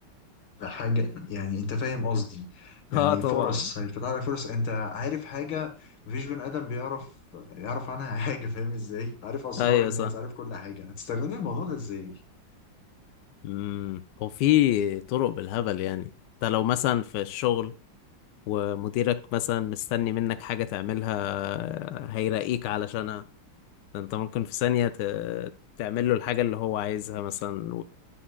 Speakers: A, on the left; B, on the left.
A: بحاجة يعني أنت فاهم قصدي يعني
B: <laughs> اه طبعا
A: فرص هيفتح لك فرص أنت عارف حاجة مفيش بني آدم بيعرف يعرف عنها <laughs> حاجة فاهم إزاي عارف أسرار
B: ايوه
A: الناس
B: صح
A: عارف كل حاجة هتستغل الموضوع ده إزاي؟
B: امم هو في طرق بالهبل يعني انت لو مثلا في الشغل ومديرك مثلا مستني منك حاجة تعملها هيراقيك علشانها انت ممكن في ثانية ت- تعمل له الحاجة اللي هو عايزها مثلا